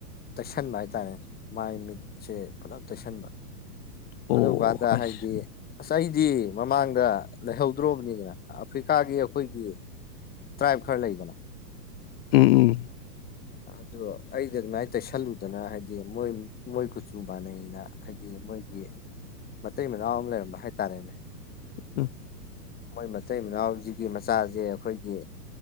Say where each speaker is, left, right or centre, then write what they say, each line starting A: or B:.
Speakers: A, on the left; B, on the left.
A: ꯇꯩꯁꯟꯕ ꯍꯥꯏꯇꯥꯔꯦꯅꯦ ꯃꯥꯏ ꯃꯤꯠꯁꯦ ꯄꯨꯂꯞ ꯇꯩꯁꯟꯕ
B: ꯑꯣ
A: ꯑꯗꯨꯝꯀꯥꯟꯗ
B: ꯑꯁ
A: ꯍꯥꯏꯗꯤ ꯑꯁ ꯑꯩꯗꯤ ꯃꯃꯥꯡꯗ ꯂꯩꯍꯧ ꯗ꯭ꯔꯣꯕꯅꯤꯗꯅ ꯑꯐ꯭ꯔꯤꯀꯥꯒꯤ ꯑꯩꯈꯣꯏꯒꯤ ꯇ꯭ꯔꯥꯏꯞ ꯈꯔ ꯂꯩꯗꯅ
B: ꯎꯝ ꯎꯝ
A: ꯑꯗꯨ ꯑꯩꯗꯤ ꯑꯗꯨꯃꯥꯏꯟ ꯇꯩꯁꯜꯂꯨꯗꯅ ꯍꯥꯏꯗꯤ ꯃꯣꯏ ꯃꯣꯏ ꯀꯨꯆꯨ ꯃꯥꯟꯅꯩꯅ ꯍꯥꯏꯗꯤ ꯃꯣꯏꯒꯤ ꯃꯇꯩ ꯃꯅꯥꯎ ꯑꯃ ꯂꯩꯔꯝꯕ ꯍꯥꯏꯇꯥꯔꯦꯅꯦ
B: ꯎꯝ
A: ꯃꯣꯏ ꯃꯇꯩ ꯃꯅꯥꯎꯖꯤꯒꯤ ꯃꯆꯥꯖꯦ ꯑꯈꯣꯏꯒꯤ